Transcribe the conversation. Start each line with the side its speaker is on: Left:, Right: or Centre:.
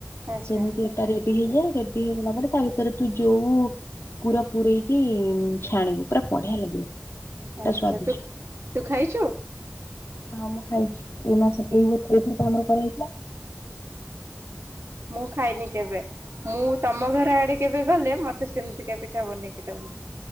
Right: ଆଚ୍ଛା
Left: ସେମିତି ଏଟା ରେଡି ହେଇଯାଏ, ରେଡି ହେଇଗଲା ପରେ ତା ଭିତରେ ତୁ ଯଉ ପୁରା ପୂୁରଇକି ଛାଣିବୁ, ପୁରା ବଢିଆ ଲାଗିବ। ପୁରା
Right: ଆଚ୍ଛା,
Left: ସ୍ଵାଦିଷ୍ଟ।
Right: ତୁ ତୁ ଖାଇଚୁ?
Left: ହଁ ମୁ ଖାଇଚି। ଏ ମାସ ଏଇ <unintelligible> ଇଥିଲା।
Right: ମୁଁ ଖାଇନି କେବେ। ମୁଁ ତମ ଘର ଆଡେ କେବେ ଗଲେ ମତେ ସେମିତିକା ପିଠା ବନେଇକି ଦବୁ।